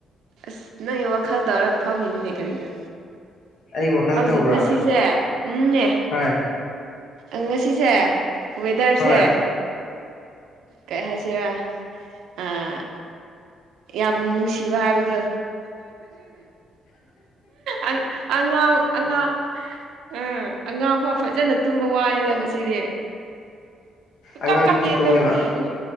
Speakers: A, on the right; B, on the left.
A: ꯑꯁ ꯅꯪꯒꯤ ꯋꯥꯈꯜ ꯇꯧꯔ ꯐꯝꯃꯤꯅꯤꯅꯦ ꯀꯔꯤꯔ
B: ꯑꯩ ꯋꯥꯈꯜ
A: ꯍꯧꯖꯤꯛ
B: ꯇꯧꯕ꯭ꯔꯥ
A: ꯉꯁꯤꯁꯦ ꯎꯝꯅꯦ
B: ꯍꯣꯏ
A: ꯑ ꯉꯁꯤꯁꯦ ꯋꯦꯗꯔꯁꯦ
B: ꯍꯣꯏ
A: ꯀꯩ ꯍꯥꯏꯁꯤꯔ ꯑꯥ ꯌꯥꯝ ꯅꯨꯡꯁꯤꯕ ꯍꯥꯏꯕꯗꯣ ꯑꯪ ꯑꯪꯉꯥꯎ ꯑꯪꯉꯥ ꯎꯝ ꯑꯉꯥꯡꯐꯥꯎ ꯐꯖꯥꯅ ꯇꯨꯝꯕ ꯋꯥꯔꯦꯗ ꯉꯁꯤꯗꯤ ꯁꯨꯀꯞ
B: ꯑꯉꯥꯡ
A: ꯀꯞꯇꯦ ꯑꯗꯣ
B: ꯇꯨꯝꯃꯦꯕ
A: ꯌꯦꯡꯉꯣ